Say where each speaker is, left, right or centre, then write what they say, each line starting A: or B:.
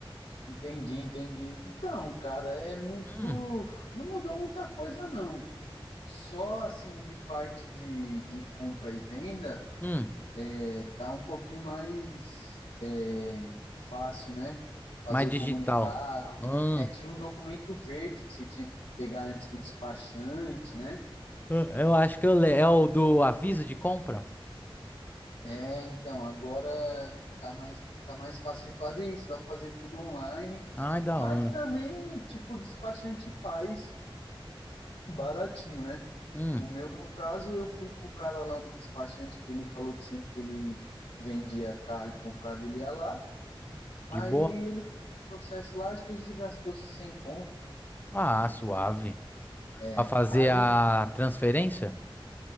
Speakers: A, on the left; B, on the left.
A: Entendi, entendi. Então, cara, é muito.
B: Hum,
A: Não mudou muita coisa, não. Só assim de parte de, de compra e venda,
B: hum.
A: é, tá um pouquinho mais é, fácil, né? Fazer
B: Mais
A: o
B: digital.
A: comunicado.
B: Hum,
A: É, tinha um documento verde que você tinha que pegar antes com o despachante, né?
B: eu eu acho que eu le... é o do aviso de compra.
A: É, então, agora tá mais, tá mais fácil de fazer isso, dá pra fazer tudo online,
B: Ai, da
A: mas
B: hora.
A: também, tipo, o despachante faz baratinho, né?
B: Hum,
A: O meu, no caso, eu fui com o cara lá no despachante que ele falou que sempre que ele vendia carro e comprava, ele ia lá. Aí
B: de boa.
A: ele fez um processo lá, acho que a gente gastou 100 conto.
B: Ah, suave.
A: É,
B: Pra fazer
A: aí,
B: a transferência?